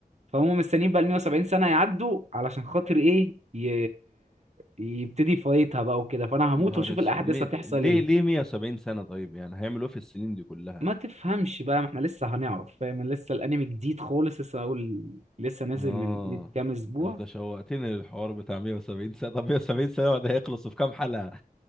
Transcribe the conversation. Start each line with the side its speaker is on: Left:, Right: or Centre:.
Right: فهم مستنيين بقى ال 170 سنة يعدوا علشان خاطر ايه ي... يبتدي فايتها بقى وكده فانا
Centre: يا
Right: هموت
Centre: نهار
Right: واشوف
Centre: اسود
Right: الاحداث
Centre: مي...
Right: هتحصل
Centre: ليه
Right: ايه
Centre: ليه 170 سنة طيب يعني هيعملوا ايه في السنين دي كلها
Right: ما تفهمش بقى ما احنا لسه هنعرف فاهم لسه الانمي جديد خالص لسه اقول لسه نازل
Centre: اه
Right: من من كام اسبوع
Centre: انت شوقتني للحوار بتاع 170 سنة طب 170 سنة بعد هيخلصوا في كام حلقة